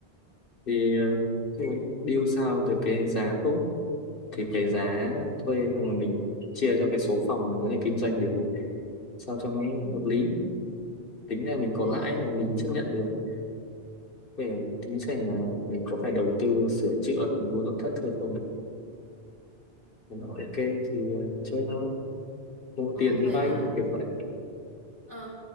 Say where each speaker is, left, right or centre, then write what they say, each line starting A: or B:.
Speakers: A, on the left; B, on the left.
A: Thì ờ, chung là deal sao được cái giá tốt thì cái giá thuê xong rồi mình chia cho cái số phòng mình có thể kinh doanh được sao cho nó
B: ừ,
A: hợp lý. Tính là mình có
B: À.
A: lãi là mình chấp nhận được. Để tính xem
B: Ừ.
A: là mình có phải đầu tư sửa chữa rồi mua nội thất thừa không Mình bảo ok thì ờ, chơi thôi mua
B: Ồ
A: tiền thì
B: vậy
A: vay
B: là
A: kiểu vậy
B: Ờ,